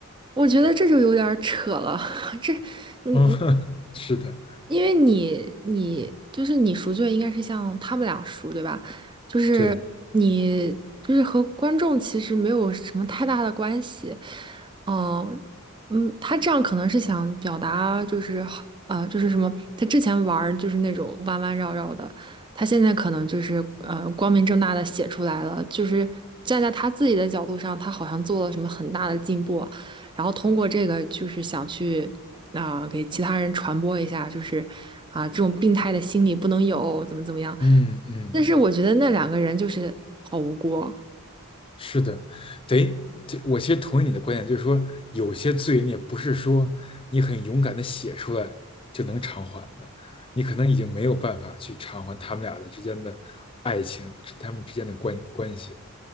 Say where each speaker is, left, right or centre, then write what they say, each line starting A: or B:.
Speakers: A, on the right; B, on the left.
A: 我觉得这就有点儿扯了，<laughs> 这你
B: 嗯，<laughs> 是的，
A: 因为你你就是你赎罪，应该是像他们俩赎，对吧？就是你就是和观众其实没有什么太大的关系，
B: 对，
A: 嗯、嗯，他这样可能是想表达就是好呃就是什么，他之前玩儿就是那种弯弯绕绕的，他现在可能就是呃光明正大的写出来了，就是站在他自己的角度上，他好像做了什么很大的进步啊然后通过这个就是想去。啊、给其他人传播一下，就是啊、这种病态的心理不能有，怎么怎么样。
B: 嗯嗯。
A: 但是我觉得那两个人就是好无辜，
B: 是的，等于这我其实同意你的观点，就是说有些罪孽不是说你很勇敢的写出来就能偿还的，你可能已经没有办法去偿还他们俩的之间的爱情，他们之间的关关系了